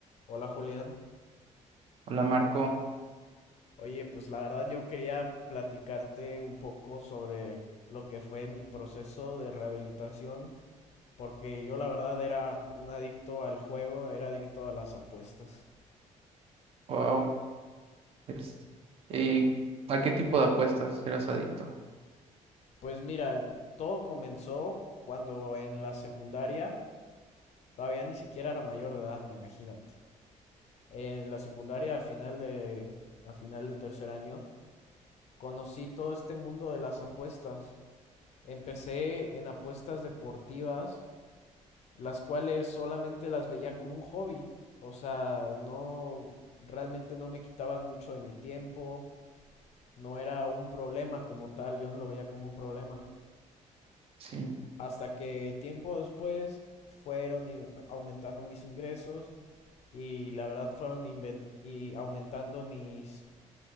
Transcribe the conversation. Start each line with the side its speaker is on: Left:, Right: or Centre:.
Left: Hola Julián.
Right: Hola Marco,
Left: Oye, pues la verdad yo quería platicarte un poco sobre lo que fue mi proceso de rehabilitación, porque yo la verdad era un adicto al juego, era adicto a las apuestas.
Right: wow. Es- ¿Y a qué tipo de apuestas eras adicto?
Left: Pues mira, todo comenzó cuando en la secundaria, todavía ni siquiera era mayor de edad, imagínate. En la secundaria a final de a final de tercer año conocí todo este mundo de las apuestas. Empecé en apuestas deportivas las cuales solamente las veía como un hobby. O sea, no, realmente no me quitaban mucho de mi tiempo, no era un problema como tal, yo no lo veía como un problema.
Right: Sí,
Left: Hasta que tiempo después fueron i- aumentando mis ingresos y la verdad fueron inven- y aumentando mis,